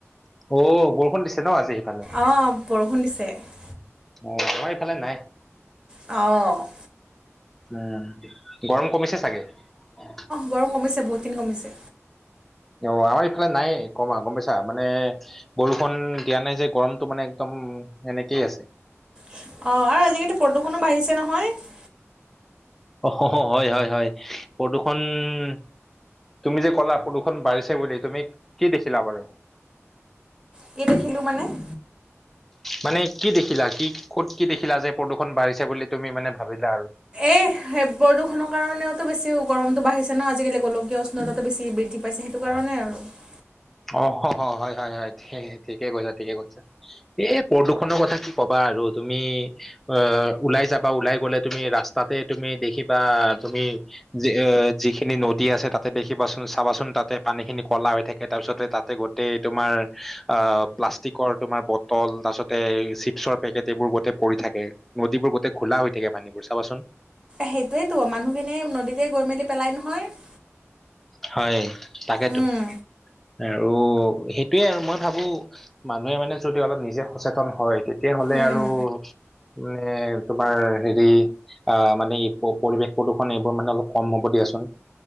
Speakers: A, in the centre; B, on the right.
A: অঁ! বৰষুণ দিছে ন আজি সেইফালে? <unintelligible>
B: অঁ! বৰষুণ দিছে। <unintelligible>
A: অঁ! আমাৰ এইফালে নাই। <unintelligible>
B: অঁ! <unintelligible>
A: উম! গৰম কমিছে চাগে? <unintelligible> অঁ!
B: গৰম কমিছে বহুতখিনি কমিছে
A: আমাৰ এইফালে নাই কমা গম পাইছা মানে বল <unintelligible> বৰষুণ দিয়া নাই যে গৰমটো মানে একদম এনেকেই আছে। <unintelligible>
B: অঁ আৰু আজিকালি প্ৰদূষণো বাঢ়িছে নহয়। <unintelligible>
A: অ, হয়-হয়-হয়। প্ৰদূষণ <unintelligible> তুমি যে ক'লা প্ৰদূষণ বাঢ়িছে বুলি তুমি কি দেখিলা বাৰু? <unintelligible>
B: কি দেখিলো মানে? <inaudible>
A: মানে কি দেখিলা, কি ক'ত কি দেখিলা যে প্ৰদূষণ বাঢ়িছে বুলি তুমি মানে ভাবিলা আৰু? <unintelligible>
B: এই সেই প্ৰদূষণৰ কাৰণেওতো বেছি গৰমটো বাঢ়িছে ন আজিকালি গোলকীয় <unintelligible> উষ্ণতাটো বেছি বৃদ্ধি পাইছে সেইটো কাৰণে আৰু। <unintelligible>
A: অ <unintelligible> হয়-হয়-হয়, ঠিক-ঠিকে কৈছা, ঠিকে কৈছা। <unintelligible> এ প্ৰদূষণৰ কথা কি কবা আৰু তুমি <inaudible> অ ওলাই যাবা, ওলাই গ'লে তুমি ৰাস্তাতে তুমি দেখিবা তুমি <unintelligible> <unintelligible> এ যিখিনি নদী আছে তাতে দেখিবাচোন চাবাচোন তাতে পানীখিনি ক'লা হৈ থাকে। তাৰ পিছতে তাতে গোটেই তোমাৰ অ প্লাষ্টিকৰ তোমাৰ বটল, তাৰপিছতে <unintelligible> <unintelligible> চিপছৰ পেকেট এইবোৰ গোটেই পৰি থাকে, নদীবোৰ গোটেই ঘোলা হৈ থাকে পানীবোৰ চাবা চোন?
B: সেইটোৱেইেতো মানুহখিনি নদীতে গৈ মেলি পেলাই নহয়। <unintelligible>
A: হয়, তাকেতো।
B: উম
A: <unintelligible> আৰু সেইটোৱেই আৰু মই ভাবোঁ <unintelligible> মানুহে মানে যদি অলপ নিজে সচেতন হয় তেতিয়াহলে
B: উম।
A: আৰু <inaudible> মানে তোমাৰ হেৰি <unintelligible> আহ মানে এই পৰিৱেশ প্ৰদূষণ এইবোৰ মানে অলপ কম হ'ব দিয়া চোন। <inaudible>